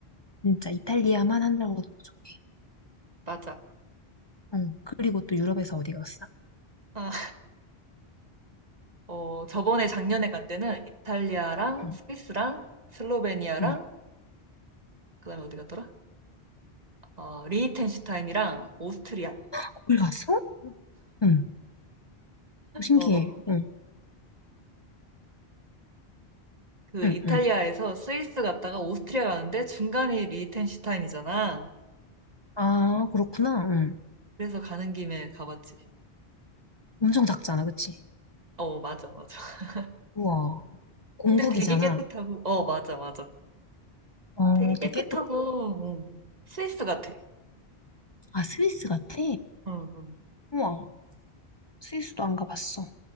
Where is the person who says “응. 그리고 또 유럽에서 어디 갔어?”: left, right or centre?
Left